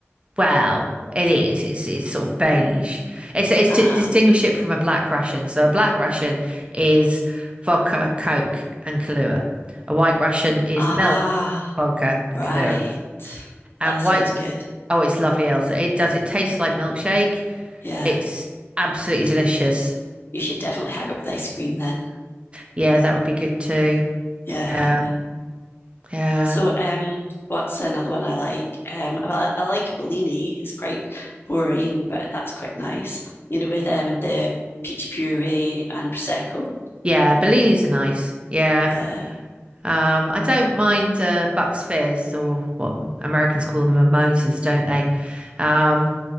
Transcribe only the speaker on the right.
Well, it is. It's it's sort of beige. It's it's
to distinguish
it from a black Russian. So a black Russian is vodka, Coke, and Kahlua. A white Russian is
milk, vodka, and
Kahlua. And
white,
oh, it's lovely, Elsa. It does. It tastes like milkshake.
It's absolutely delicious.
Yeah, that would be good too.
Yeah, yeah,
yeah. Bellinis are nice. Yeah.
Um, I don't mind uh, Bucks Fizz or what Americans call them mimosas, don't they? Um,